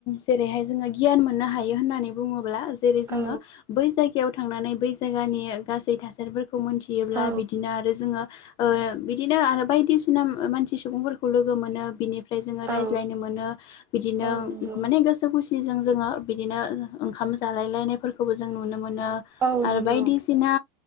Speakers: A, on the left (about 45°); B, on the right (about 20°).
A: जेरैहाय जोङो गियान मोननो हायो होननानै बुङोब्ला जेरै जोङो
B: औ
A: बै जायगायाव थांनानै बै जायगानि गासै थासारिफोरखौ मोनथि थेयोब्ला
B: औ
A: बिदिनो आरो जोङो <unintelligible> ओ बिदिनो आरो बायदिसिना मानसि सुबुंफोरखौ लोगो मोनो बिनिफ्राय जोङो रायज्लाय
B: औ
A: मोनो बिदिनो
B: औ नंगौ
A: माने गोसो खुसिजों जोङो बिदिनो ओंखाम जानाय जालाय लायनायफोरखौबो जों नुनो मोनो
B: औ
A: आरो
B: नंगौ
A: बायदिसिना